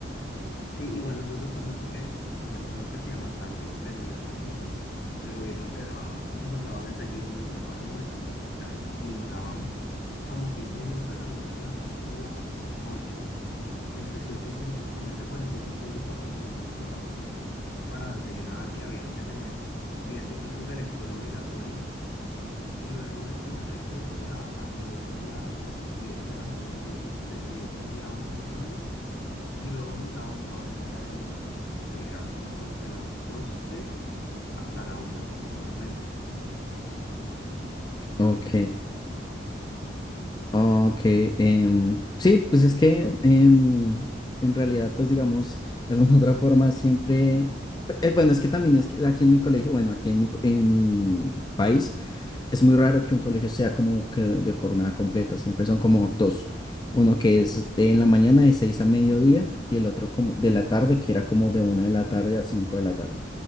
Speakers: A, on the left; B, on the left.
A: Sí, igual nosotros también porque teníamos algo que se llama tanda extendida, que es tipo, el gobierno te daba, nos daba desayuno, llevaba almuerzo y tal, y nos daban como 15 minutos de la mañana a eso de las ocho entre 7 y 5, cuarenta y cinco y ocho aproximadamente nos daban pues para desayunar y había que tener 10 minutos de lectura obligatoria y luego el primer recreo era alrededor de las 10 de la mañana, diez y- desde 10 y media a 11 más o menos y luego nos daban una hora entera de almuerzo, que era como desde las 12 hasta la una aproximadamente.
B: Ok, ok. em, sí, pues es que em, en realidad, pues digamos, de alguna <laughs> otra forma siempre... eh, Bueno, es que también es que aquí en mi colegio, bueno, aquí en mi, co- en mi país, Es muy raro que un colegio sea como que de jornada completa, siempre son como dos, uno que es de en la mañana de 6 a mediodía y el otro como de la tarde, que era como de una de la tarde a 5 de la tarde.